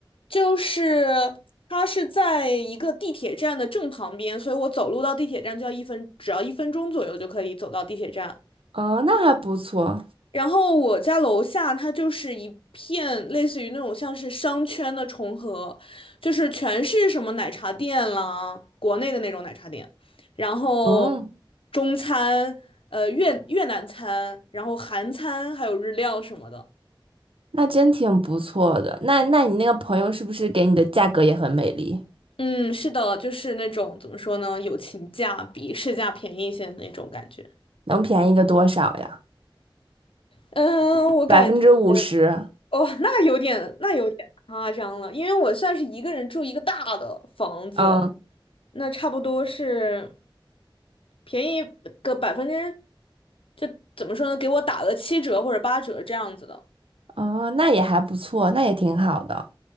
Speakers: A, on the left; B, on the right.
A: 就是它是在一个地铁站的正旁边，所以我走路到地铁站就要一分，只要一分钟左右就可以走到地铁站。
B: 哦，那还不错。
A: 然后我家楼下它就是一片类似于那种像是商圈的重合，就是全是什么奶茶店啦，国内的那种奶茶店，然后
B: 嗯，
A: 中餐、呃越越南餐，然后韩餐，还有日料什么的。
B: 那真挺不错的。那那你那个朋友是不是给你的价格也很美丽？
A: 嗯，是的，就是那种怎么说呢，友情价比市价便宜一些的那种感觉。
B: 能便宜个多少呀？
A: 嗯，我感觉
B: 百分之五十。
A: 哦，那有点那有点夸张了，因为我算是一个人住一个大的房子。
B: 嗯，
A: 那差不多是便宜个百分之，就怎么说呢，给我打了七折或者八折这样子的。
B: 哦，那也还不错，那也挺好的。